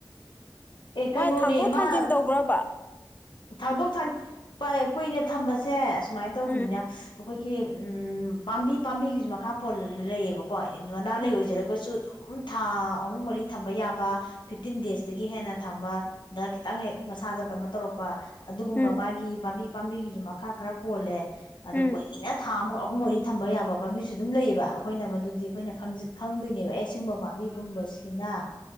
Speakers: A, on the left (about 70°); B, on the left (about 20°).
A: ꯑꯦ ꯀꯩꯅꯣꯅꯦ
B: ꯃꯥꯥꯏ ꯊꯥꯡꯇꯣꯛ
A: ꯃꯥ
B: ꯊꯥꯡꯖꯤꯟ ꯇꯧꯕ꯭ꯔꯕ
A: ꯊꯥꯡꯗꯣꯛ ꯊ ꯀꯨꯏꯅ ꯊꯝꯕꯁꯦ ꯁꯨꯃꯥꯏꯅ ꯇꯧꯕꯅꯤꯅ
B: ꯎꯝ
A: ꯑꯩꯈꯣꯏꯒꯤ ꯎ ꯄꯥꯝꯕꯤ ꯄꯥꯝꯕꯤꯒꯤꯁꯨ ꯃꯈꯥ ꯄꯣꯜꯂ ꯂꯩꯕꯣ ꯀꯣ ꯃꯅꯥ
B: ꯎꯝ
A: ꯂꯩ ꯑꯣꯏꯖꯔꯒꯁꯨ ꯑꯗꯨꯝ ꯊꯥ ꯑꯍꯨꯝ ꯃꯔꯤ ꯊꯝꯕ ꯌꯥꯕ ꯐꯤꯐꯇꯤꯟ ꯗꯦꯖꯇꯒꯤ ꯍꯦꯟꯅ ꯊꯝꯕ ꯗ ꯈꯤꯇꯪ ꯍꯦꯛ ꯃꯁꯥꯗ ꯀꯩꯅꯣ ꯇꯧꯔꯛꯄ ꯄ ꯑꯗꯨꯒꯨꯝꯕ
B: ꯎꯝ
A: ꯃꯥꯒꯤ ꯄꯥꯝꯕꯤ ꯄꯥꯥꯝꯕꯤꯒꯤꯁꯨ ꯃꯥ ꯃꯈꯥ ꯈꯔ ꯄꯣꯜꯂꯦ ꯑꯗꯨ
B: ꯎꯝ
A: ꯀꯨꯏꯅ ꯊꯥ ꯑꯃ ꯑꯍꯨꯝ ꯃꯔꯤ ꯊꯝꯕ ꯌꯥꯕ ꯄꯥꯝꯕꯤꯁꯨ ꯑꯗꯨꯝ ꯂꯩꯌꯦꯕ ꯑꯩꯈꯣꯏꯅ ꯃꯗꯨꯗꯤ ꯑꯩꯈꯣꯏꯅ ꯈꯪꯗꯣꯏꯅꯦꯕ ꯑꯦ ꯁꯤꯒꯨꯝꯕ ꯄꯥꯝꯕꯤꯒꯨꯝꯕꯁꯤꯅ